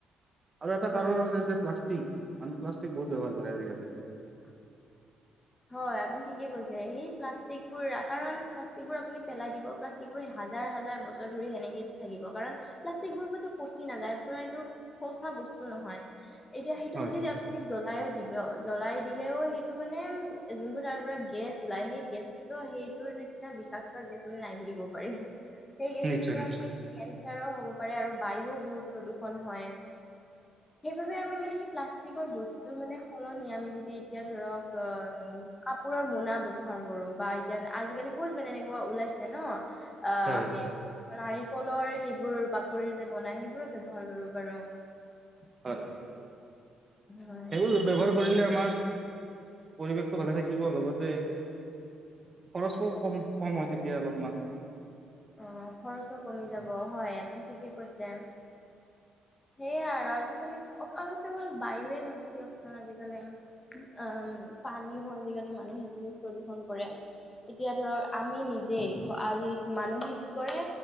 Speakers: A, on the right; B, on the left.
A: আৰু এটা কাৰণ
B: হয়
A: আছে যে প্লাষ্টিক, মানে প্লাষ্টিক বহুত ব্যৱহাৰ কৰে আজিকালি।
B: <unintelligible> হয় আপুনি ঠিকে কৈছে সেই প্লাষ্টিকবোৰ কাৰণ প্লাষ্টিক বোৰ আপুনি পেলাই দিব প্লাষ্টিকবোৰ হাজাৰ বছৰ ধৰি সেনেকে থাকিব কাৰণ প্লাষ্টিবোৰ কটো পচি নাযায় আ এইটো পচা বস্তু নহয় এতিয়া সেইটো
A: হয়
B: যদি আপুনি জ্বলাই দিব জ্বলাই দিলেও সেইটো মানে যোনটো তাৰ পৰা গেছ ওলাই সেই গেছটোতো সেইটোৰ নিচিনা বিষাক্ত নাই বুলি কব পাৰি সেই গেছটোৰ
A: নিশ্চয়
B: পৰা
A: নিশ্চয়।
B: প্ৰায় কেঞ্চাৰো হ'ব পাৰে আৰু বায়ু বহুত প্ৰদূষণ হয় সেইবাবে আমি মানে প্লাষ্টিকৰ বস্তুৰ মানে সলনি আমি যদি এতিয়া ধৰক উম কাপোৰৰ মোনা ব্যৱহাৰ কৰো বা এতিয়া আজিকালি বহুত মানে এনেকুৱা ওলাই ওলাইছে ন আ
A: হয়
B: অমি নাৰিকলৰ সেইবোৰ বাকলিৰ যে বনাই সেইবোৰো ব্যৱহাৰ কৰিব পাৰো
A: হয়
B: হয়
A: সেইবোৰ ব্যৱহাৰ কৰিলে আমাৰ পৰিৱেশটো ভালে থাকিব লগতে খৰচটো কম কম হয় তেতিয়া অলপমান
B: অ খৰচো কমি যাব হয় আপুনি ঠিকে কৈছে সেয়াই আৰু আজিকালি আৰু কেৱল বায়ুৱে নহয় দিয়কচোন আজিকালি উম অ পানীও আজিকালি মানুহে বহুত প্ৰদূষন কৰে এতিয়া ধৰক আমি নিজে আজি মানুহে কি কৰে